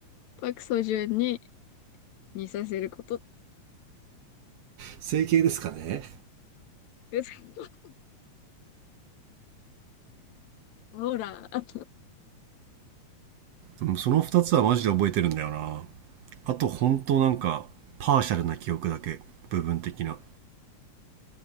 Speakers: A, on the left (about 75°); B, on the right (about 65°).
A: パクソジュンに似させること
B: 整形ですかね
A: <laughs> ほら、あ
B: うんその二つはマジで覚えてるんだよな。あと本当なんか、パーシャルな記憶だけ。部分的な。